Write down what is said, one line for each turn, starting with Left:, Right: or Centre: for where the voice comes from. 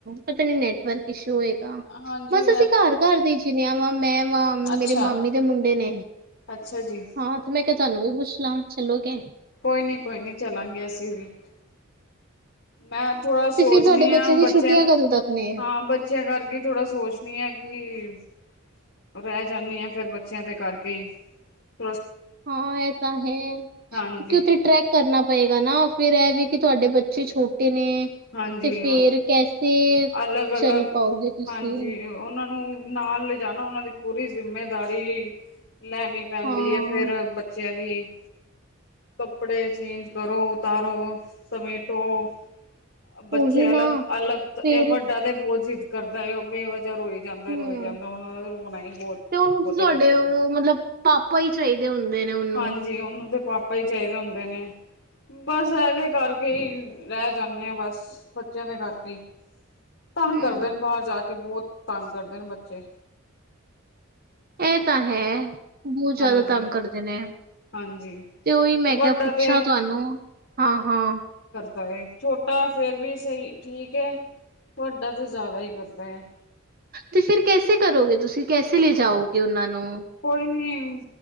Right: ਪਰ ਤਣੀ ਨੇੈਟਵਰਕਸ਼ ਹੈ। ਹੋਏਗਾ
Left: ਹਾਂਜੀ
Right: ਬਸ ਅਸੀਂ ਘਰ ਘਰ ਦੇ ਸੇਵਕ ਸਨ। ਚਿਨਿਆਵਾਂ ਮੈਂ ਇਸ ਗੱਲ ਕਰੀਏ ਹਨ।
Left: ਅੱਛਾ
Right: ਮੇਰੇ ਮਾਮੀ ਦੇ ਮੁੰਡੇ ਨੇ
Left: ਅੱਛਾ ਜੀ
Right: ਹਾਂ ਤੇ ਮੈਂ ਕਹਿੰ ਦੀ ਗੱਲ ਕਰੀਏ ਹਨ। ਤੁਹਾਨੂੰ ਵੀ ਪੁੱਛ ਲਣਾ ਚਲੋ ਕਿ ਇਹ ਹੈ।
Left: ਕੋਈ ਨੀ ਕੋਈ ਨੀ ਚੱਲਾਂਗੇ ਅਸੀਂ ਵੀ ਤੇਰਾ ਨਾਲ਼। ਮੈਂ ਥੋੜਾ ਸੋਚਣੀ
Right: ਤੇ ਫਿਰ ਤੁਹਾਡੇ
Left: ਹਾਂ
Right: ਦੀ
Left: ਬੱਚਿਆਂ
Right: ਛੁੱਟੀਆਂ ਕਦੋਂ ਤੱਕ ਨੇ?
Left: ਹਾਂ ਬੱਚਿਆਂ ਕਰਕੇ ਥੋੜ੍ਹਾ ਸੋਚਣੀ ਆ ਕਿ ਕਰਦੇ ਹਾਂ ਰਹਿ ਜਾਂਦੀ ਹਾਂ ਫਿਰ ਬੱਚਿਆਂ ਦੇ ਕਰਕੇ ਹੀ ਗੱਲ ਕੀਤੀ ਗਈ ਹੈ।
Right: ਹਾਂ ਇਹ ਤਾਂ ਹੈ,
Left: ਹਾਂਜੀ
Right: ਕਿਉਂਕਿ ਉੱਥੇ ਟਰੈਕ ਕਰਨਾ ਪਏਗਾ ਨਾ ਫੇਰ ਇਹ ਵੀ ਕਿ ਤੁਹਾਡੇ ਬੱਚੇ ਛੋਟੇ ਨੇ
Left: ਹਾਂਜੀ
Right: ਤੇ ਫੇਰ ਕੈਸੇ
Left: ਅਲੱਗ-ਅਲੱਗ
Right: ਚੱਲ ਪਾਉਗੇ ਤੁਸੀਂ।
Left: ਹਾਂਜੀ ਉਹਨਾਂ ਨੂੰ ਨਾਲ ਲਿਜਾਣਾ ਉਹਨਾਂ ਦੀ ਪੂਰੀ ਜਿੰਮੇਦਾਰੀ ਲੈਣੀ ਪੈਂਦੀ
Right: ਹਾਂ
Left: ਏ ਫੇਰ ਬੱਚਿਆਂ ਦੀ। ਕੱਪੜੇ ਚੇਂਜ ਕਰੋ, ਉਤਾਰੋ, ਸਮੇਟੋ। ਬੱਚੇ
Right: ਉਹੀ ਨਾ
Left: ਅਲੱਗ-ਅਲੱਗ ਇਹ
Right: ਫੇਰ
Left: ਵੱਡਾ ਤੇ ਬਹੁਤ ਜਿੱਦ ਕਰਦਾ ਆ ਮੈਂ ਜਾਂ ਰੋਈ ਜਾਂਦਾ
Right: ਹੂੰ
Left: ਰੋਈ ਜਾਂਦਾ ਉਹਨਾ ਦਾ ਰੋਣਾ ਹੀ ਬਹੁਤ
Right: ਤੇ ਉਹਨੂੰ
Left: ਬਹੁਤ
Right: ਤੁਹਾਡੇ
Left: ਵੱਡੇ
Right: ਉਹ
Left: ਦਾ।
Right: ਮਤਲਬ ਪਾਪਾ ਹੀ ਚਾਹੀਦੇ ਹੁੰਦੇ ਨੇ ਉਹਨੂੰ
Left: ਹਾਂਜੀ ਉਹਨੂੰ ਤੇ ਪਾਪਾ ਹੀ ਚਾਹੀਦੇ ਹੁੰਦੇ ਨੇ, ਬਸ ਇਹਦੇ ਕਰਕੇ ਹੀ ਰਹਿ ਜਾ ਨੇ ਬਸ ਬੱਚਿਆਂ ਦੇ ਕਰਕੇ ਹੀ। ਤੰਗ
Right: ਹੂੰ।
Left: ਕਰਦੇ ਨੇ ਬਾਹਰ ਜਾ ਕੇ ਬਹੁਤ। ਤੰਗ ਕਰਦੇ ਨੇ ਬੱਚੇ।
Right: ਇਹ ਤਾਂ ਹੈ, ਬਹੁਤ ਜ਼ਿਆਦਾ
Left: ਹਾਂਜੀ
Right: ਤੰਗ ਕਰਦੇ ਨੇ,
Left: ਹਾਂਜੀ
Right: ਤੇ ਉਹੀ ਮੈਂ
Left: ਵੱਡਾ
Right: ਕਿਹਾ ਪੁੱਛਾਂ
Left: ਤੇ
Right: ਤੁਹਾਨੂੰ ਹਾਂ-ਹਾਂ।
Left: ਦਾ ਏ। ਛੋਟਾ ਫੇਰ ਵੀ ਸਹੀ ਠੀਕ ਹੈ ਵੱਡਾ ਤੇ ਜ਼ਿਆਦਾ ਹੀ ਕਰਦਾ ਹੈ।
Right: ਤੇ ਫਿਰ ਕੈਸੇ ਕਰੋਗੇ ਤੁਸੀਂ ਕੈਸੇ ਲੈ ਜਾਓਗੇ ਉਹਨਾਂ ਨੂੰ?
Left: ਕੋਈ ਨੀ,